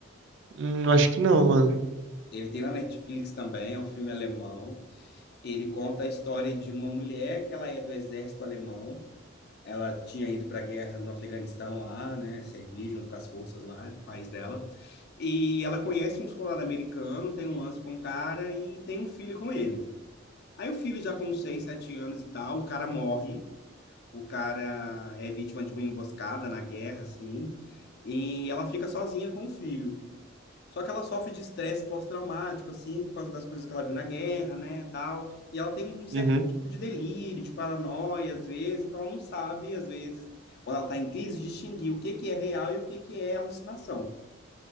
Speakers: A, on the right; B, on the left.
A: Hum, acho que não, mano.
B: Ele tem na Netflix também, é um filme alemão. Ele conta a história de uma mulher que ela é do exército alemão. Ela tinha ido para a guerra no Afeganistão lá, né, servir junto com as forças lá do país dela. E ela conhece um soldado americano, tem um lance com o cara e tem um filho com ele. Aí o filho já com 6, 7 anos e tal, o cara morre o cara é vítima de uma emboscada na guerra, assim, e ela fica sozinha com o filho. Só que ela sofre de estresse pós-traumático, assim, por causa das coisas que ela viu na guerra, né, tal. E ela tem um certo
A: Uhum.
B: tipo de delírio, de paranoia, às vezes, então ela não sabe, às vezes, quando ela está em crise, distinguir o que que é real e o que que é alucinação.